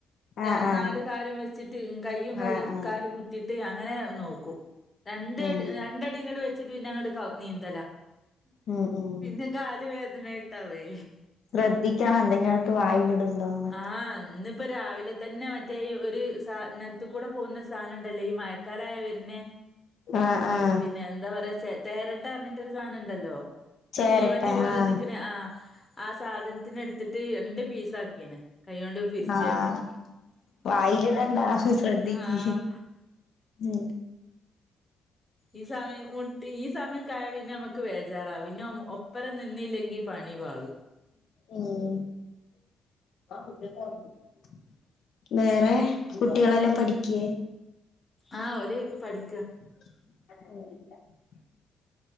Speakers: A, on the left; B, on the left.
A: <unintelligible>
B: ആഹ് ആഹ്
A: നാല് കാലും വെച്ചിട്ട് കയ്യും കൈ
B: ആഹ് ആഹ്
A: കാലും കുത്തിട്ട ട്ട് അങ്ങനെ നോക്കും രണ്ട്ടി
B: ഉം
A: രണ്ടടി ഇങ്ങട് വെ ന്ന ഞ ടു കൗ നീന്തല
B: ഉം ഉം
A: പിന്നെ കാല് വേ <unintelligible> യിട്ടാവേ
B: ശ്രദ്ധിക്കണം എന്തെങ്കിലുട്ത്ത് വായിലിടുണ്ടോന്നൊക്കെ
A: ആഹ് ഇന്നിപ്പോ രാവിലെ തന്നെ മറ്റേ ഈ ഒരു സാ നൽത്കൂടെ പോവുന്ന സാനുണ്ടല്ലേ ഈ മഴക്കാലായവര്ന
B: ആഹ് ആഹ്
A: പിന്നെ ന്താ പറാ തേരട്ടാന്ന് പറനിട്ട്ഒരു സാനംണ്ടല്ലോ
B: ചേരട്ടെ
A: തീവണ്ടി പോലെ
B: ആഹ്
A: നിക്ണ ആ ആ സാധനത്തിനെ ട്ത്തിട്ട് എന്ത് പീസാക്കിണ് കൈയ്യോണ്ട് പിരിച്യാട്ട്
B: ആഹ് വായിലിടണ്ടാ ശ്രദ്ധികി
A: ആഹ്
B: മ്
A: ഈ സമയം മുട്ടി ഈ സമയക്കായാ പിന്നെമ്മക്ക് വേജാറാവും പിന്നം ഒപ്പരം നിന്നില്ലെങ്കിൽ പണി വാളു
B: ഉം <inaudible> വേറെ കുട്ടികളെല്ലാം പഠിക്യേ
A: ആ ഓല് പഠി
B: <unintelligible>